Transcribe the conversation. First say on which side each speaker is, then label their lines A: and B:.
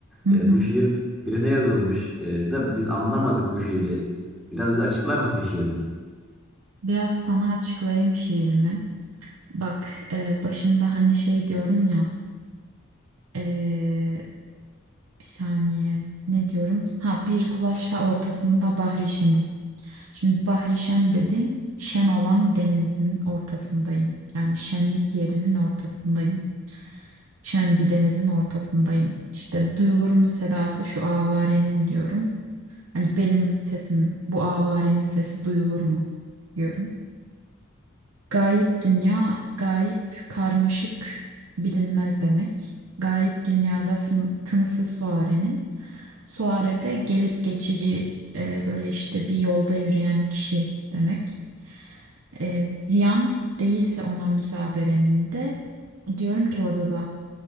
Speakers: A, on the right; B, in the centre.
A: Hı hı.
B: E, bu şiir birine yazılmış e, da biz anlamadık bu şiiri. Biraz bize açıklar mısın şiirini?
A: Biraz sana açıklayayım şiirimi. Bak e, başında hani şey diyorum ya. Ee, bir saniye ne diyorum? Ha bir kulaçla ortasında Bahrişen'im. Şimdi Bahrişen dediğim şen olan denizin ortasındayım. Yani şenlik yerinin ortasındayım. Şen bir denizin ortasındayım. İşte duyulur mu sedası şu avarenin diyorum. Hani benim sesim bu avarenin sesi duyulur mu diyorum. Gayip dünya, gayip karmaşık bilinmez demek. Gayip dünyada sın- tınısı suarenin. Suare de gelip geçici e, böyle işte bir yolda yürüyen kişi demek. E, ziyan değilse ona müsaberenin de diyorum ki orada da